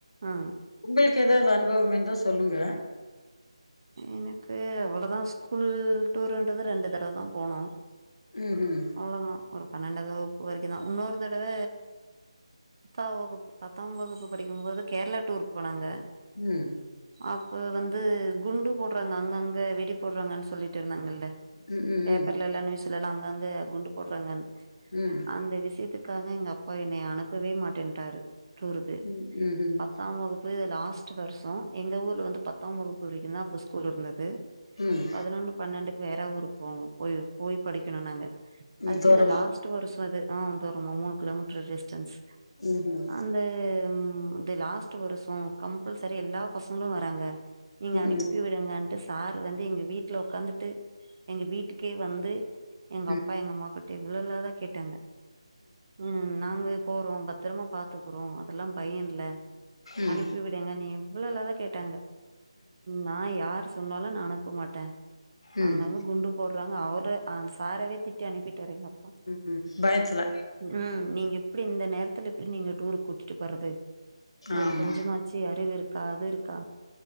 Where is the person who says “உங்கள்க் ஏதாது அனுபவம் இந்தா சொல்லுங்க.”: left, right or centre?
Left